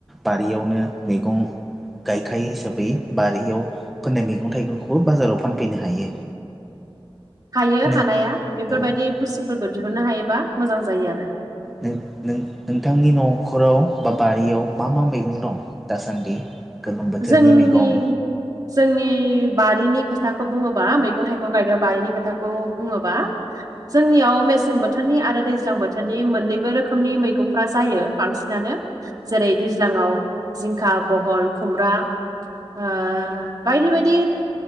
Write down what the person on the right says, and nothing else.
हायो
हानाया बेफोरबायदि
बुस्थुफोरखौ दिहुननो हायोबा मोजां जायो आरो।
जोंनि
जोंनि बारिनि खोथाखौ बुङोबा मैगं थाइगं गायग्रा बारिनि खोथाखौ बुङोबा जोंनियाव मेसें बोथोरनि आरो दैज्लां बोथोरनि मोननैबो रोखोमनि मैगंफ्रा जायो बांसिनानो। जेरै दैज्लाङाव जिंखा बहल खुमब्रा ओ बायदि बायदि